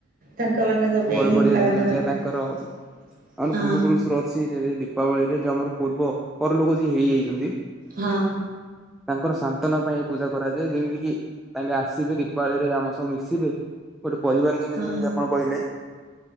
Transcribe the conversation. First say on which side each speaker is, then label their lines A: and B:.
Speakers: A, on the right (about 45°); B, in the centre.
A: ତାଙ୍କ ମାନଙ୍କ ପାଇଁହିଁ
B: ବଡ ବଡିଆ
A: ପାଳନ
B: ଜଡିଆ
A: ହଁ।
B: ତାଙ୍କର ଆମର ପୂର୍ବ ପୁରୁଷରୁ ଅଛି ଯଦି ଦୀପାବଳିରେ ଯୋଉ ଆମର ପୂର୍ବ ପରଲୋକ ଯିଏ ହେଇଯାଇଚନ୍ତି।
A: ହଁ।
B: ତାଙ୍କର ସାନ୍ତନା ପାଇଁ ଏପୂଜା କରାଯାଏ ଯେମିତିକିି ତାଙ୍କେ ଆସିବେ ଦୀପାଳିରେ ଆମ ସହ ମିଶିବେ ଗୋଟେ ପରିବାର ଯେମିତି
A: ହଁ
B: ଆପଣ କହିଲେ